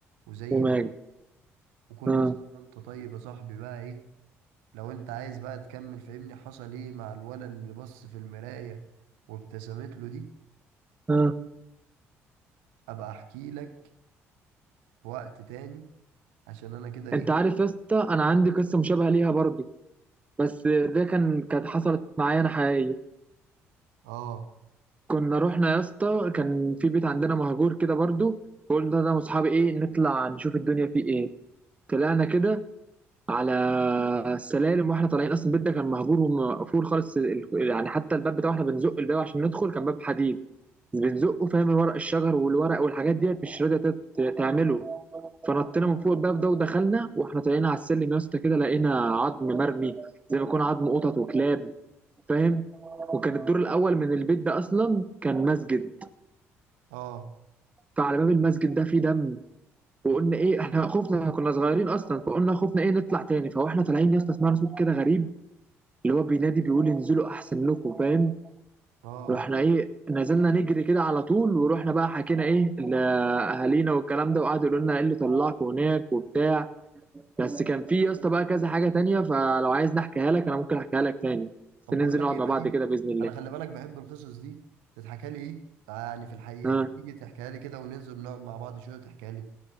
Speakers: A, on the right; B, on the right.
A: وزي
B: وماله
A: ماجد وكل
B: اه
A: سنة وانت طيب يا صاحبي بقى ايه لو انت عايز بقى تكمل فهمني حصل ايه مع الولد اللي بص في المراية وابتسمت له دي
B: اه
A: ابقى احكي لك في وقت تاني عشان انا كده ايه
B: انت عارف يا اسطى انا عندي قصه مشابهه ليها برضه بس ده كان كانت حصلت معايا انا حقيقيه
A: اه
B: كنا رحنا يا اسطى كان في بيت عندنا مهجور كده برضه فقلنا انا واصحابي ايه نطلع نشوف الدنيا فيه ايه طلعنا كده على السلالم واحنا طالعين اصلا البيت ده كان مهجور ومقفول خالص ال- يعني حتى الباب بتاعه احنا بنزق الباب عشان ندخل كان باب حديد بنزقه فاهم ورق الشجر والورق والحاجات ديت مش راضيه تت- تعمله فنطينا من فوق الباب ده ودخلنا واحنا طالعين على السلم يا اسطى كده لقينا عظم مرمي زي ما يكون عظم قطط وكلاب فاهم وكان الدور الاول من البيت ده اصلا كان مسجد
A: اه
B: فعلى باب المسجد ده فيه دم وقلنا ايه احنا خفنا احنا كنا صغيرين اصلا فقلنا خفنا ايه نطلع تاني فاحنا طالعين يا اسطى سمعنا صوت كده غريب اللي هو بينادي بيقول انزلوا احسن لكم فاهم
A: اه
B: رحنا ايه نزلنا نجري كده على طول ورحنا بقى حكينا ايه لاهالينا والكلام ده وقعدوا يقولوا لنا ايه اللي طلعكم هناك وبتاع بس كان في يا اسطى بقى كذا حاجة تانية فلو عايز نحكيها لك انا ممكن احكيها لك تاني بس
A: طب
B: ننزل
A: بقول لك
B: نقعد
A: ايه
B: مع
A: ما
B: بعض
A: تيجي
B: كده بإذن الله
A: انا خلي بالك بحب القصص دي تتحكى لي ايه يعني في الحقيقه
B: ها
A: ما تيجي تحكيها لي كده وننزل نقعد مع بعض شويه وتحكيها لي